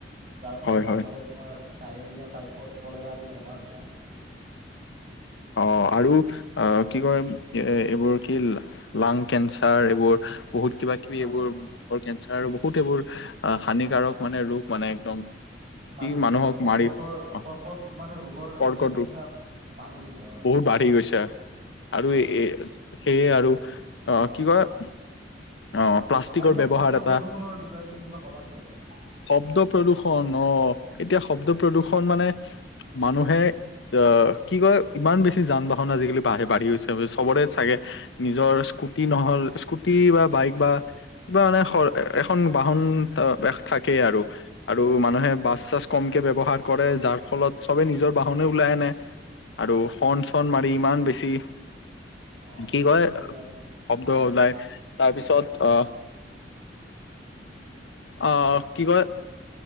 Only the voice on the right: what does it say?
যাৰ ফলত
মানুহৰ
তোমাৰ ডায়েৰিয়া টাইফইড কলেৰা আদি বেমাৰ হৈছে।
হয়
হয়
বাঢ়ি
গৈছে
অ কৰ্কটৰ
কৰ্কট মানে ৰোগৰ
মানে সংখ্যা
বাঢ়ি গৈছে অ'। দিনক
দিনে
হয়
হয়
আৰু তোমাৰ
শব্দ
প্ৰদূষনৰ বিষয়ে তুমি কিবা-কবা নেকি অলপ
হয়
হয় হয়
অ
শব্দ
ওলাই
অ
অ